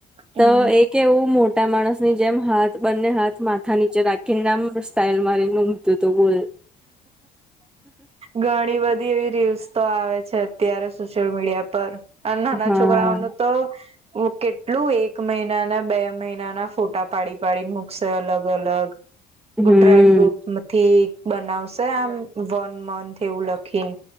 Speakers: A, on the right; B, in the centre.
A: હમ
B: તો એક- કે એવું મોટા માણસ ની જેમ હાથ બંને હાથ માથા નીચે રાખીને નામ સ્ટાઇલ મારી- <inaudible>
A: ઘણી બધી એવી રીલ્સ તો આવે છે. અત્યારે સોશિયલ મીડિયા પર અને નાના
B: હા
A: છોકરાઓનું તો કેટલું એક મહિનાના બે મહિનાના ફોટા પાડી પાડીને મૂકશે અલગ અલગ-
B: હમ્મ
A: ડ્રાય ફ્રુટ થી બનાવશે આમ વન મથ- એવું લખીને